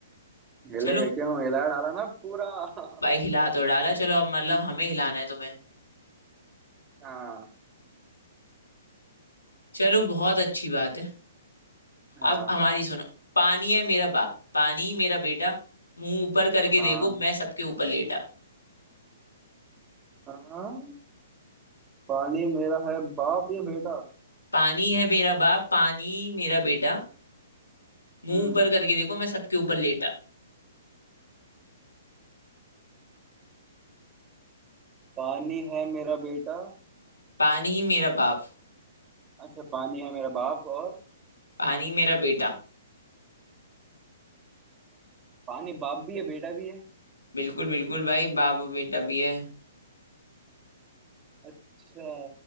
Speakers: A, on the right; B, on the left.
A: हिलेगा
B: चलो
A: क्यों हिला डाला ना पूरा <laughs>
B: भाई हिला तो डाला चलो अब मतलब हमें हिलाना है तुम्हें
A: हाँ
B: चलो बहुत अच्छी बात है
A: हाँ
B: अब हमारी सुनो पानी है मेरा बाप पानी मेरा बेटा मुंह ऊपर करके
A: हाँ
B: देखो मैं सबके ऊपर लेटा
A: हाँ पानी मेरा है बाप या बेटा
B: पानी है मेरा बाप पानी मेरा बेटा मुंह
A: हम्म
B: ऊपर करके देखो मैं सबके ऊपर लेटा
A: पानी है मेरा बेटा
B: पानी ही मेरा बाप
A: अच्छा पानी है मेरा बाप और
B: पानी ही मेरा बेटा
A: पानी बाप भी है बेटा भी है
B: बिल्कुल बिल्कुल भाई बाप और बेटा भी है
A: अच्छा